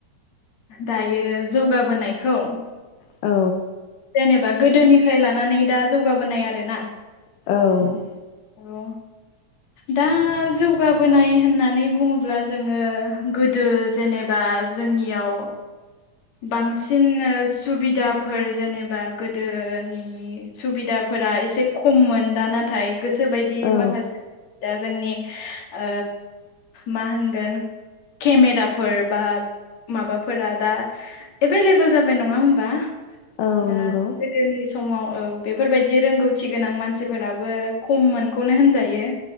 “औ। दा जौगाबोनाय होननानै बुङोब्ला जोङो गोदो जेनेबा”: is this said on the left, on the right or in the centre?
Left